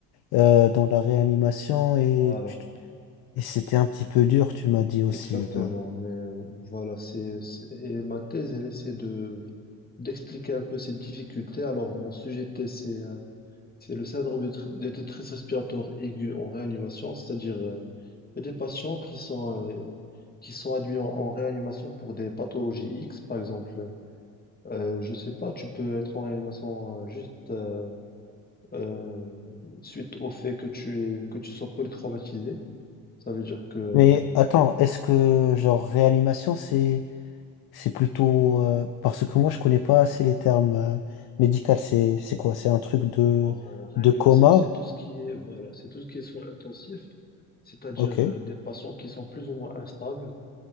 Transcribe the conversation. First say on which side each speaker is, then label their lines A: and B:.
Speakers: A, on the left (about 50°); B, on the left (about 20°).
A: euh, dans la réanimation et,
B: voilà.
A: tu- et c'était un petit peu dur, tu m'as dit aussi.
B: Exactement,
A: ouais.
B: mais euh, voilà, c'est, c'est- et ma thèse, elle essaie de, d'expliquer un peu cette difficulté. Alors, mon sujet de thèse, c'est euh, c'est le syndrome de, tr- de détresse respiratoire aiguë en réanimation, c'est-à-dire euh, il y a des patients qui sont, euh, qui sont admis en, en réanimation pour des pathologies X, par exemple. Euh, je sais pas, tu peux être en réanimation euh, juste euh, euh, suite au fait que tu es, que tu sois polytraumatisé. Ça veut dire que
A: Mais attends, est-ce que genre réanimation, c'est C'est plutôt euh, parce que moi je connais pas assez les termes euh, médicaux. C'est c'est quoi? C'est un truc de
B: alors euh, réanimation,
A: de coma?
B: c'est tout ce qui est voilà, c'est tout ce qui est soins intensifs, c'est-à-dire
A: Ok,
B: euh, des patients qui sont plus ou moins instables